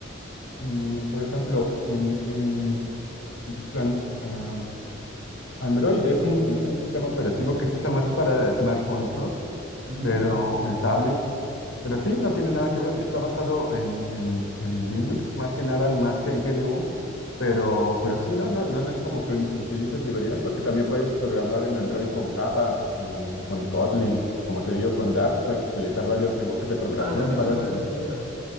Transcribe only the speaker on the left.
Mm, por ejemplo, en, en entonces, an- am, Android es un, es un sistema operativo que se usa más para smartphones, ¿no?
pero eh, tablets, pero sí, no tiene nada que ver, está basado en, en, en Linux, más que nada, más que en GNU, pero, pero sí, no, no, no, no es como que un- utilices librerías porque también puedes programar en Android con Java, mm, con Kotlin, como te digo, con Dart, puedes utilizar varios lenguajes de programación,
varias,